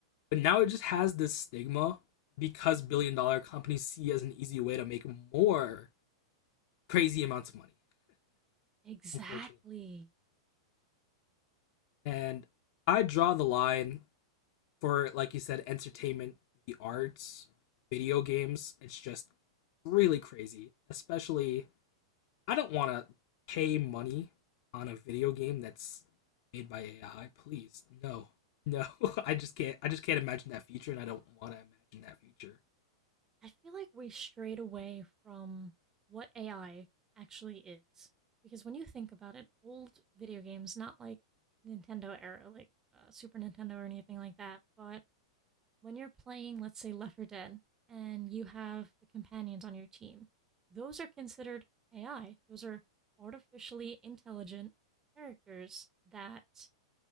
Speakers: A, on the left; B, on the right.
A: but now it just has this stigma because billion dollar companies see it as an easy way to make more crazy amounts of money,
B: exactly.
A: unfortunately. And I draw the line for like you said, entertainment, the arts, video games. It's just really crazy, especially I don't want to pay money on a video game that's made by AI. Please, no, no. <laughs> I just can't. I just can't imagine that future, and I don't want to imagine that future.
B: I feel like we strayed away from what AI actually is. Because when you think about it, old video games, not like Nintendo era, like uh, Super Nintendo or anything like that, but when you're playing, let's say, Left 4 Dead, and you have the companions on your team, those are considered AI. Those are artificially intelligent characters that